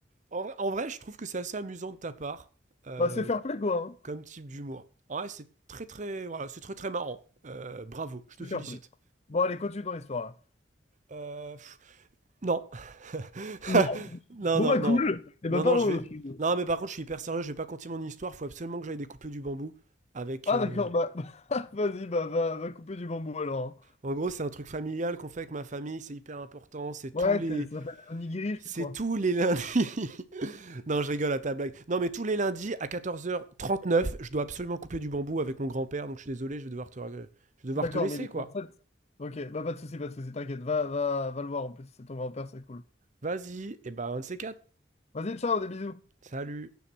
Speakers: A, on the right (about 45°); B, on the left (about 35°).
A: En, vrai- en vrai, je trouve que c'est assez amusant de ta part, euh,
B: Bah, c'est fair play, quoi. hein.
A: comme type d'humour. En vrai, c'est très très... Voilà, c'est très très marrant. Euh, bravo, je
B: C'est
A: te félicite.
B: fair play. Bon, allez, continue ton histoire. là.
A: Euh, pff, Non. <laughs>
B: Non.
A: Non,
B: Bon
A: non,
B: bah
A: non.
B: cool. Et bah
A: Non,
B: parlons
A: non, je vais.
B: de film.
A: Non, mais par contre, je suis hyper sérieux, je vais pas continuer mon histoire. Faut absolument que j'aille découper du bambou. Avec.
B: Ah
A: euh,
B: d'accord, bah <laughs> vas-y, bah va, va couper du bambou alors.
A: En gros, c'est un truc familial qu'on fait avec ma famille, c'est hyper important. C'est tous
B: hein. Ouais,
A: les.
B: c'est- ça s'appelle les onigiris,
A: C'est
B: quoi.
A: tous les lundis. <laughs> non, je rigole à ta blague. Non, mais tous les lundis à quatorze heures trente-neuf, je dois absolument couper du bambou avec mon grand-père. Donc, je suis désolé, je vais devoir te, je vais devoir
B: D'accord,
A: te laisser,
B: mais il est
A: quoi.
B: 37. Ok, bah pas de soucis, pas de soucis, t'inquiète, va, va, va le voir en plus, c'est ton grand-père, c'est cool.
A: Vas-y, et ben, un de ces quatre.
B: Vas-y, ciao, des bisous.
A: Salut.